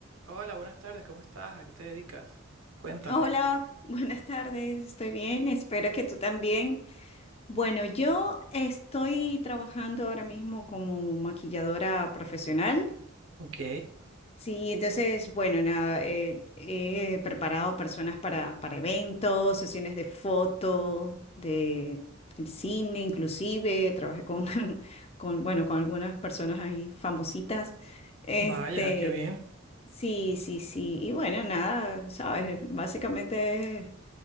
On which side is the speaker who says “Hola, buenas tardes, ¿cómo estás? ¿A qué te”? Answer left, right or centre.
Right